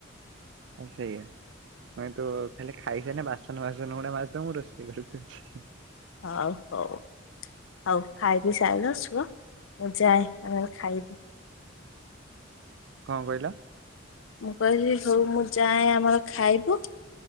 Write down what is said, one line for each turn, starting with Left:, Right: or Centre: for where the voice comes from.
Right: ସେୟା <inaudible> ଖାଇସାଇଲେ ବାସନ ବାସନ ଗୁଡା ମାଜିଦବ ମୁଁ ରୋଷେଇ କରିିଦେବି।
Left: ହଉ ହଉ। ହଉ ଖାଇପିଇ ସାଇଲ ସୁଅ ମୁଁ ଯାଏ ଆମର ଖାଇବୁ।
Right: କଣ କହିଲ?
Left: ମୁଁ କହିଲି ହଉ ମୁଁ ଯାଏ ଆମର ଖାଇବୁ।